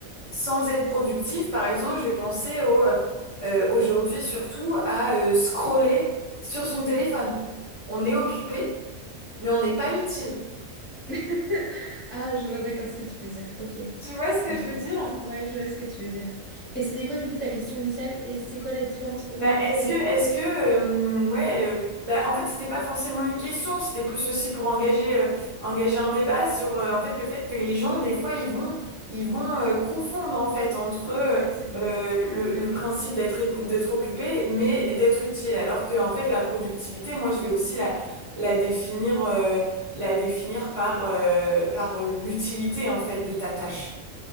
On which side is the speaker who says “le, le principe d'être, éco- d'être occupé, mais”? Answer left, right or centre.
Right